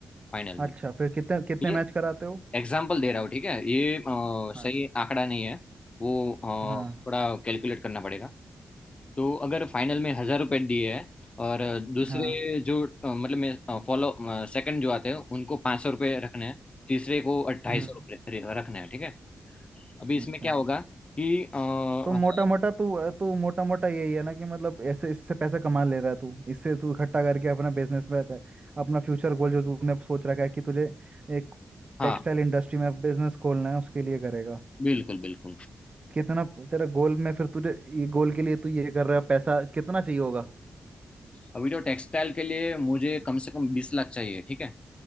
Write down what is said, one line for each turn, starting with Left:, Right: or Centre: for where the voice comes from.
Left: फाइनल में
Right: अच्छा फिर कितने कितने
Left: ये
Right: मैच कराते हो
Left: एग्जाम्पल दे रहा हूँ ठीक है ये अ, सही
Right: हाँ
Left: आंकड़ा नहीं है वो
Right: हाँ
Left: अ, थोड़ा कैलकुलेट करना पड़ेगा तो अगर फाइनल में हजार रुपए दिए हैं और दूसरे
Right: हाँ
Left: जो अ, मतलब मैं फॉलो सेकंड जो आते हैं उनको पाँच सौ रुपये रखने हैं तीसरे को ढाई
Right: हम्म
Left: सौ रुपये रखने हैं ठीक है अभी इसमें
Right: अच्छा
Left: क्या होगा कि अ, हजार
Right: तो मोटा मोटा तू तू मोटा मोटा यही है ना कि मतलब ऐसे इससे पैसा कमा ले रहा है तू इससे तू इकट्ठा करके अपना बिजनेस में कर अपना फ्यूचर गोल जो तूने सोच रखा है कि तुझे एक
Left: हाँ
Right: टेक्सटाइल इंडस्ट्री में बिजनेस खोलना है उसके लिए करेगा
Left: बिल्कुल बिल्कुल
Right: कितना तेरा गोल में फिर तुझे ये गोल के लिए तू ये कर रहा है पैसा कितना चाहिए होगा
Left: अभी तो टेक्सटाइल के लिए मुझे कम से कम बीस लाख चाहिए ठीक है